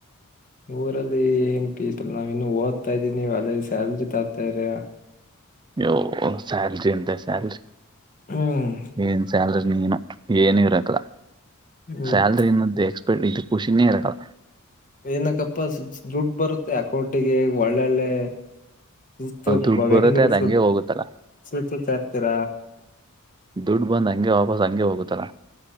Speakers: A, on the left; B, on the right.
A: ಊರಲ್ಲೀ ಏನ್ ಪೀಸ್ಫುಲ್, ನಾವ್ ಇನ್ನು ಓದ್ತಾ ಇದ್ದೀನ್ ನೀವ್ ಆಗ್ಲೆ ಸ್ಯಾಲ್ರಿ ತಗ್ತಾ ಇರೇಯ.
B: ಹೋ ಸ್ಯಾಲ್ರಿ ಅಂತೆ ಸ್ಯಾಲ್ರಿ.
A: ಹ್ಮ್
B: ಏನ್ ಸ್ಯಾಲ್ ಏನೋ ಏನೂ ಇರಾಕಿಲ್ಲ
A: ಹ್ಮ್
B: ಸ್ಯಾಲ್ರಿ ಅನ್ನೋದ್ ಎಕ್ <unintelligible> ಖುಶಿನೆ ಇರಲ್ಲ.
A: ಏನಕ್ಕಪ್ಪಾ ಸುದ್ ದುಡ್ ಬರುತ್ತೆ ಅಕೌಂಟಿಗೆ ಒಳ್ಳೊಳ್ಳೆ ಸುತ್ಯೊಬ್ಬ
B: ದುಡ್ಡು
A: ಬೆಂಗೂರು
B: ಬರುತ್ತೆ ಅದ್ ಹಂಗೆ
A: ಸ
B: ಹೋಗುತ್ತಲ್ಲ
A: ಸುತ್ತ ಇರ್ತೀರ
B: ದುಡ್ ಬಂದ್ ಹಂಗೆ ವಾಪಸ್ ಹಂಗೆ ಹೋಗುತ್ತಲ.